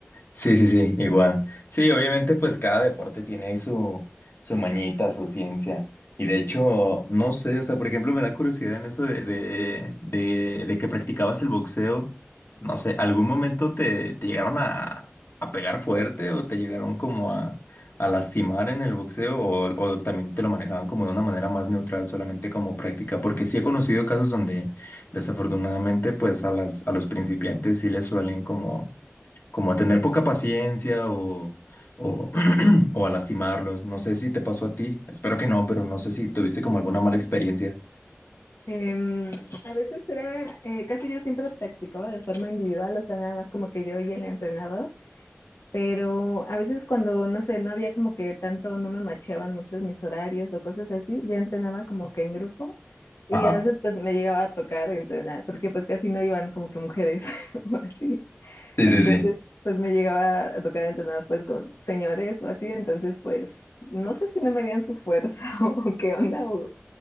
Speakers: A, on the left (about 50°); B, on the left (about 70°).
A: sí, sí, sí, igual. Sí, obviamente pues cada deporte tiene ahí su, su mañita, su ciencia. Y de hecho, no sé, o sea, por ejemplo, me da curiosidad en eso de, de, de, de que practicabas el boxeo. No sé, ¿algún momento te, te llegaron a, a pegar fuerte o te llegaron como a, a lastimar en el boxeo o, o también te lo manejaban como de una manera más neutral, solamente como práctica? Porque sí he conocido casos donde desafortunadamente pues a las, a los principiantes sí les suelen como como a tener poca paciencia o, o, <clears throat> o a lastimarlos. No sé si te pasó a ti, espero que no, pero no sé si tuviste como alguna mala experiencia.
B: Em, a veces era, eh, casi yo siempre practicaba de forma individual, o sea, nada más como que yo y el entrenador, pero a veces cuando, no sé, no había como que tanto, no me macheaban muchos mis horarios o cosas así, ya entrenaba como que en grupo y
A: Ajá.
B: a veces pues me llegaba a tocar entrenar, porque pues casi no iban como que mujeres <laughs> o así.
A: Sí,
B: Entonces,
A: sí, sí.
B: pues me llegaba a tocar entonar pues con señores o así, entonces pues no sé si no me harían su fuerza <laughs> o qué onda o,